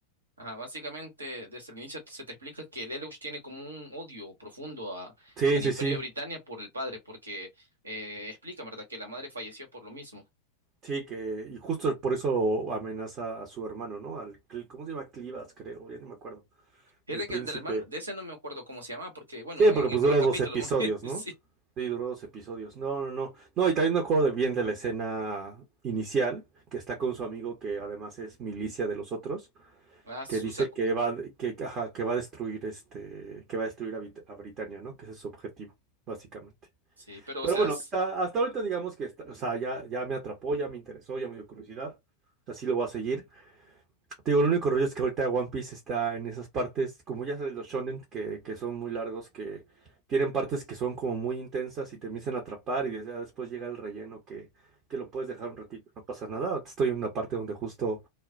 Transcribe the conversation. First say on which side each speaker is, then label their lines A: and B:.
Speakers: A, on the right; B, on the right.
A: Ajá, básicamente, desde el inicio se te explica que Lelouch tiene como un odio profundo a,
B: Sí,
A: al
B: sí,
A: Imperio
B: sí.
A: de Britania por el padre, porque eh, explica, ¿verdad?, que la madre falleció por lo mismo.
B: Sí, que, y justo por eso amenaza a su hermano, ¿no? Al, Cl- ¿cómo se llama? Clivas, creo, ya no me acuerdo.
A: Fíjate
B: El príncipe.
A: que el del hermano, de ese no me acuerdo cómo se llamaba, porque, bueno,
B: Sí,
A: en
B: porque pues
A: el primer
B: dura
A: capítulo
B: dos episodios,
A: <laughs> muere, sí.
B: ¿no? Sí, duró dos episodios. No, no, no. No, y también me acuerdo de bien de la escena inicial, que está con su amigo que además es milicia de los otros,
A: Ah, Susaku.
B: que dice que va, que, ajá, que va a destruir este, que va a destruir a, Brit- a Britania, ¿no? Que ese es su objetivo, básicamente.
A: Sí, pero,
B: Pero
A: o sea,
B: bueno,
A: s-
B: hasta hasta ahorita digamos que está, o sea, ya, ya me atrapó, ya me interesó, ya me dio curiosidad. O sea, sí lo voy a seguir. Te digo, el único rollo es que ahorita One Piece está en esas partes, como ya sabes, los shonen, que, que son muy largos, que tienen partes que son como muy intensas y te empiezan a atrapar y des- ya después llega el relleno que, que lo puedes dejar un ratito, no pasa nada. Ahorita Estoy en una parte donde justo,